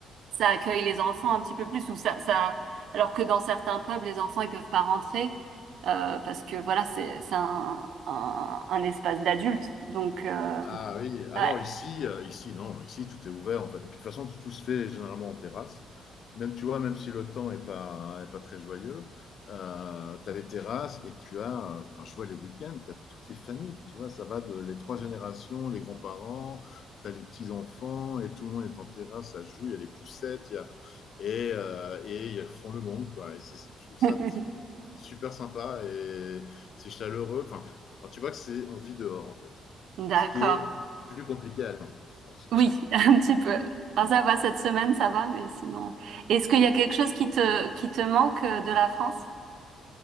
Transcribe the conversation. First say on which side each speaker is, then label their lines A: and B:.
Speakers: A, on the right (about 70°); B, on the left (about 60°).
A: ça accueille les enfants un petit peu plus ou ça, ça, alors que dans certains pubs, les enfants, ils peuvent pas rentrer euh, parce que voilà, c'est c'est un, un, un espace d'adulte. Donc, euh,
B: Ah oui, ah
A: ouais.
B: non, ici, euh, ici, non, ici, tout est ouvert, en fait. Et puis, de toute façon, tout se fait généralement en terrasse. Même, tu vois, même si le temps est pas, est pas très joyeux, euh, tu as les terrasses et tu as, euh, enfin, je vois les week-ends, tu as toutes les familles, tu vois, ça va de les trois générations, les grands-parents, tu as les petits-enfants et tout le monde est en terrasse, ça joue, il y a les poussettes, il y a, et, euh, et ils font le monde, quoi. Et c'est- je trouve ça
A: <laughs>
B: t- super sympa et c'est chaleureux. Enfin, enfin, tu vois que c'est, on vit dehors, en fait.
A: D'accord.
B: Ce qui est plus compliqué à Londres, je pense.
A: Oui, <laughs> un petit peu. Ah, ça va, cette semaine, ça va, mais sinon. Est-ce qu'il y a quelque chose qui te, qui te manque euh, de la France?